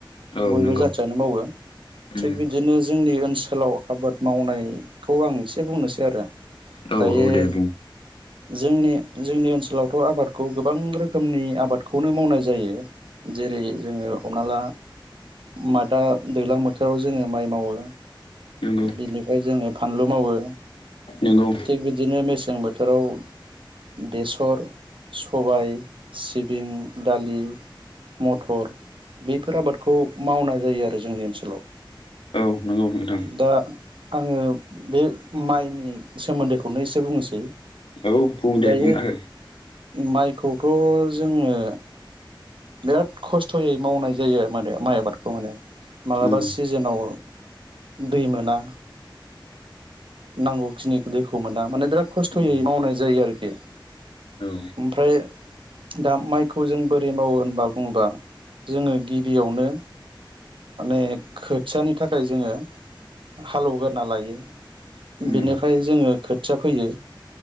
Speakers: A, on the left (about 90°); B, on the right (about 75°).
A: औ
B: बयबो
A: नंगौ
B: जाथियानो मावो
A: उम
B: थिग बिदिनो जोंनि ओनसो लाव आबाद मावनायखौ आं एसे बुंनोसै आरो।
A: औ
B: दायो
A: औ दे बुं
B: जोंनि जोंनि ओनसोलावथ' आबादखौ गोबां रोखोमनि आबादखौनो मावनाय जायो। जेरै जोङो हमना ला मादा दैलां बोथोराव जोङो माइ मावो।
A: नंगौ
B: बिनिफ्राय जोङो फानलु मावो
A: नंगौ
B: थिग बिदिनो मेसें बोथो राव बेसर, सबाय, सिबिं, दालि मटर बेफोर आबादखौ मावनाय जायो आरो जोंनि ओनसोलाव
A: औ नंगौ नोंथां
B: दा आङो बे माइनि सोमोन्दैखौनो एसे बुंनोसै
A: औ बुं
B: दायो
A: दे बुंना हो
B: माइखौथ' जोङो बिराद खस्थ'यै मावनाय जायो माने माइ आबादखौ माने मालाबा
A: नंगौ
B: सिजोनाव दै मोना नांगौ खिनि दैखौ मोना माने बिराद खस्थ'यै
A: उम
B: मावनाय जायो आरोखि
A: औ
B: ओमफ्राय दा माइखौ जों बोरै मावो होनबा बुङोबा जोङो गिबियावनो माने खोथियानि थाखाय जोङो हाल एवग्रोना लायो
A: उम
B: बिनिफ्राय जोङो खोथिया फोयो